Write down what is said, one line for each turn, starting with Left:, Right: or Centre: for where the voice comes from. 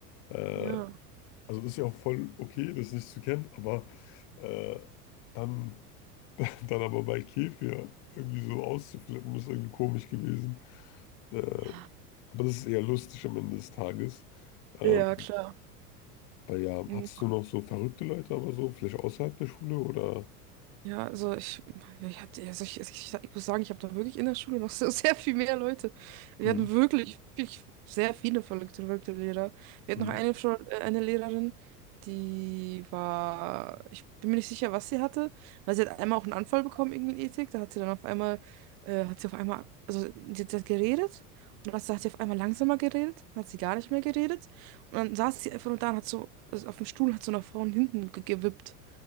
Left: Äh,
Right: Ja.
Left: also ist ja auch voll okay, das nicht zu kennen, aber äh, dann, <laughs> dann aber bei Kefir irgendwie so auszuflippen, ist irgendwie komisch gewesen. Äh,
Right: Ja,
Left: aber das ist eher lustig am Ende des Tages. Ähm,
Right: Ja, klar.
Left: aber ja,
Right: Mhm.
Left: hattest du noch so verrückte Leute, aber so, vielleicht außerhalb der Schule oder?
Right: Ja, also ich, ja, ich hatte, also ich, also ich, ich muss sagen, ich habe da wirklich in der Schule noch <laughs> so sehr viel mehr Leute. Wir
Left: hm?
Right: hatten wirklich, wirklich sehr viele verrückte, verrückte Lehrer. Wir
Left: Mhm.
Right: hatten noch eine, Frau- äh, eine Lehrerin, die war, ich bin mir nicht sicher, was sie hatte, weil sie hat einmal auch einen Anfall bekommen, irgendwie in Ethik. Da hat sie dann auf einmal, äh, hat sie auf einmal, also sie hat sie hat geredet und dann hat sie hat sie auf einmal langsamer geredet, dann hat sie gar nicht mehr geredet und dann saß sie einfach nur da und hat so, also auf dem Stuhl hat so nach vorne und hinten gewippt